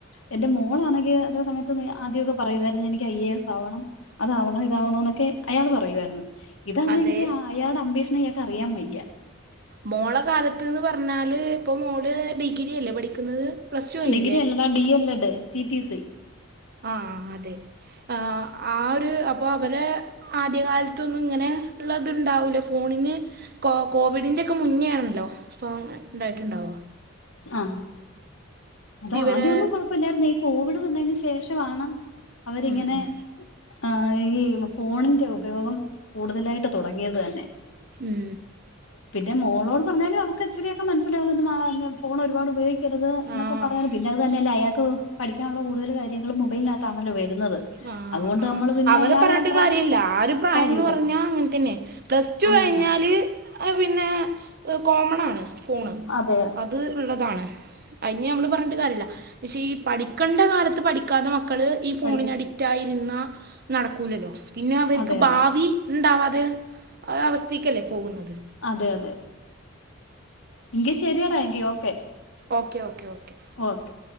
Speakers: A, on the left (about 80°); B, on the right (about 50°).
A: എന്റെ മോളാന്നെങ്കി അതേ സമയ്ത്ത് ആദ്യൊക്കെ പറയുവാര്ന്ന് എനിക്ക് ഐ എ എസ് ആവണം അതാവണോ ഇതാവണോന്നൊക്കെ അയാള് പറയുവാര്ന്നു ഇതാന്നെങ്കി
B: അതെ
A: അയാടെ അമ്പീഷ്നായാക്ക് അറിയാൻ വയ്യ
B: മോളകാലത്ത്ന്ന് പർഞ്ഞാല് ഇപ്പൊ മോള് ഡിഗിരിയല്ലേ പഠിക്കുന്നത് പ്ലസ് ടു കഴിഞ്ഞില്ലേ
A: ഡിഗ്രി അല്ലടാ D El Ed T T C
B: ആഹ് അതെ ആഹ് ആഹ് ഒരു അപ്പൊ അവരെ ആദ്യകാലത്തൊന്നും ഇങ്ങനെ ഇള്ളതിണ്ടാവുല ഫോണിങ്ങ് കോ കോവിഡിന്റെ ഒക്കെ മുന്നേണല്ലോ പൊ ഇണ്ടായ്ട്ടിണ്ടാവാ
A: ആഹ് അതാദ്യൊന്നും
B: ഇവരെ
A: കൊഴ് പല്ലർനേ ഈ കോവിഡ് വന്നേന് ശേഷവാണ് അവരിങ്ങനെ
B: ഉം,
A: ആഹ് ഈ ഫോണിന്റെ ഉപയോഗം കൂടുതലായിട്ട് തുടങ്ങിയതെന്നെ
B: ഉം
A: പിന്നെ മോളോട് പറഞ്ഞാലും അവക്ക് ഇച്ചിരിയൊക്കെ മൻസ്സിലാവ്ന്നുണ്ട് <unintelligible> ഫോൺ ഒരുപാട് ഉപയോഗിക്കര്ത് ന്നൊക്കെ
B: ആ
A: പറയാറില്ലെ അത് തന്നെയല്ല അയാക്ക് പഠിക്കാള്ള കൂട്തൽ കാര്യങ്ങളും മൊബൈൽനാത്താന്നല്ലോ വര്ന്നത്
B: ആഹ്
A: അതുകൊണ്ട്
B: ആഹ്
A: നമ്മള് പിന്നെ
B: അവരെ
A: ഇയാളെ
B: പർഞ്ഞിട്ട്
A: അത്ര
B: കാര്യല്ല ആഹ് ഒരു പ്രായംന്ന്
A: കാര്യമില്ല
B: പർഞ്ഞാ അങ്ങെനെ തന്നെ പ്ലസ് ടു
A: അങ്ങനെയാ
B: കഴ്ഞ്ഞാല് അഹ് പിന്നെ എഹ് കോമണാണ് ഫോണ്
A: അതെ
B: അത് ഇള്ളതാണ് അയിഞ്ഞ് ഞമ്മള് പർഞ്ഞിട്ട് കാര്യല്ല പക്ഷെ ഈ പഠിക്കണ്ട കാലത്ത് പഠിക്കാത്ത മക്കള് ഈ ഫോണിന്
A: പഠിക്കും
B: അഡിക്റ്റായിര്ന്നാ നടക്കൂലല്ലോ പിന്നെ അവര്ക്ക്
A: അതെ അതെ
B: ഭാവി ഇണ്ടാവാതെ അവസ്ഥീക്കല്ലേ പോകുന്നത്
A: അതെ അതെ എങ്കി ശരിയടാ എങ്കി okay
B: okay okay okay
A: okay